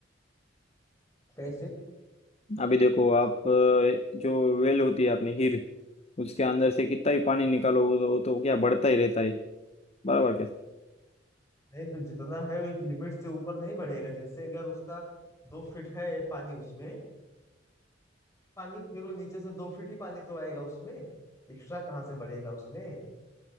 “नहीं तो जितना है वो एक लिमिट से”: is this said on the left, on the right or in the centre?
Left